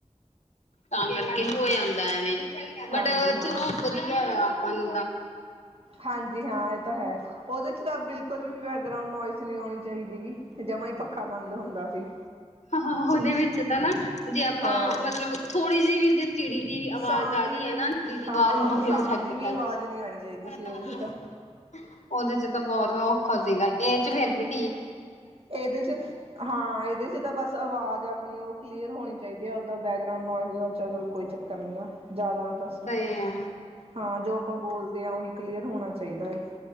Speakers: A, on the left (about 85°); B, on the right (about 55°).
A: ਤਾਂ ਕਰਕੇ
B: ਹਮ
A: ਹੋ ਜਾਂਦਾ ਐਵੇਂ ਬਟ
B: ਹਾਂਜੀ ਹਾਂ
A: ਚਲੋ
B: ਹਾਂ
A: ਵਧੀਆ ਆ ਆਪਾਂ <inaudible>
B: ਹਾਂਜੀ ਹਾਂ ਇਹ ਤਾਂ ਹੈ ਉਹਦੇ ਚ ਤਾਂ ਬਿਲਕੁਲ ਵੀ ਬੈਕਗਰਾਉਂਡ ਨੋਇਸ ਨਹੀਂ ਆਉਣੀ ਚਾਹੀਦੀ ਗ ਜਮਾ ਹੀ ਪੱਖਾ ਬੰਦ ਹੁੰਦਾ ਸੀ।
A: ਹਾਂ ਉਹਦੇ ਵਿੱਚ ਤਾਂ ਨਾ ਜੇ ਆਪਾਂ,
B: ਹਾਂ
A: ਮਤਲਬ ਥੋੜੀ ਜਿਹੀ ਵੀ ਜੇ ਚਿੜੀ ਦੀ ਆਵਾਜ਼
B: ਸਾਹ ਦੀ
A: ਆ ਰਹੀ
B: ਵੀ
A: ਹੈ ਨਾ ਚਿੜੀਵਾਜ਼
B: ਹਾਂ ਉਹ ਸਾਹ
A: ਆਸਪਟ
B: ਦੀ ਵੀ
A: ਕਰ।
B: ਆਵਾਜ਼ ਨਹੀਂ ਆਉਣੀ ਚਾਹੀਦੀ ਸੀ ਉਹਦੇ ਚ ਤਾਂ
A: ਉਹਦੇ ਚ ਤਾਂ ਬਹੁਤ ਵਾ ਔਖਾ ਸੀਗਾ ਇਹ ਚ ਫੇਰ ਵੀ ਤੀ
B: ਇਹਦੇ ਚ ਹਾਂ, ਇਹਦੇ ਚ ਤਾਂ ਬਸ ਆਵਾਜ਼ ਆਪਣੀ ਉਹ ਕਲੀਅਰ ਹੋਣੀ ਚਾਹੀਦੀ। ਉਹਦਾ ਬੈਕਗਂਡ ਨੋਇਸ ਸਗਲ ਕੋਈ ਚੱਕਰ ਨੀਆ ਜ਼ਿਆਦਾ ਬਸ
A: ਤੇ
B: ਹਾਂ, ਜੋ ਆਪਾਂ ਬੋਲਦੇ ਕਲੀਅਰ ਹੋਣਾ ਚਾਹੀਦਾ। ਹੈ